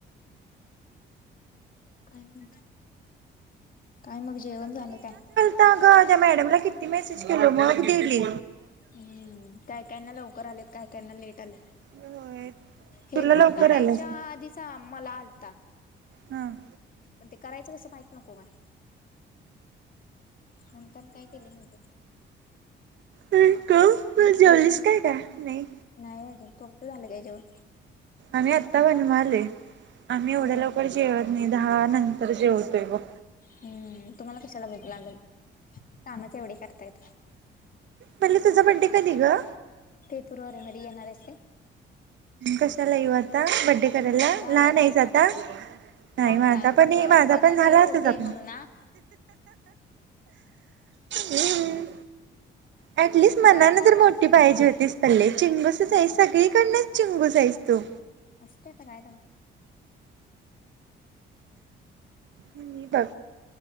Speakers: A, on the left; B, on the right.
A: काय मग काय मग जेवण झालं काय?
B: आग त्या मॅडमला किती मेसेज केली मग दिली.
A: हम्म काय कायांना लवकर आलेत काय कायना लेट आलेत.
B: मनात होय
A: हे
B: तुला
A: ग्रुप
B: लवकर
A: काढायच्या
B: आलास
A: आधीचा मला आलता.
B: हां.
A: पण ते करायचं कसं म्हायत नको काय म्हणताना काय केलं न्हवत.
B: आई ग, म -जेवलीस काय का नाय?
A: नाय अजून तुमचं झालं काय जेवण?
B: आम्ही आता बनवाले. आम्ही एवढ्या
A: होय
B: लवकर जेवत नाही दहा नंतर जेवतोय बग.
A: हम्म तुम्हाला कशाला भुक लागल कामच एवढी करतायत.
B: पल्ले तुझा बड्डे कधी ग?
A: पेपूर वारी मधी येणार हायस काय?
B: कशाला येऊ आता बडे करायला
A: तुझा
B: लहान
A: आलाय काय
B: आहेस आता? नाही
A: मग
B: माझा
A: काय
B: पण
A: तुला वाटतंय
B: माझा
A: काय
B: पण झाला
A: मी मोठे
B: असच आपण
A: म्हणून आ
B: हम्. ऍटलीस्ट
A: तुझा
B: मनान
A: आत्ता
B: तर
A: आला
B: मोठी
A: असेल
B: पाहिजे
A: ना
B: होतीस. पण लय चिंगूसच आहेस सगळीकडनच चिंगूस आहेस तू
A: असते त काय दम
B: मी बघ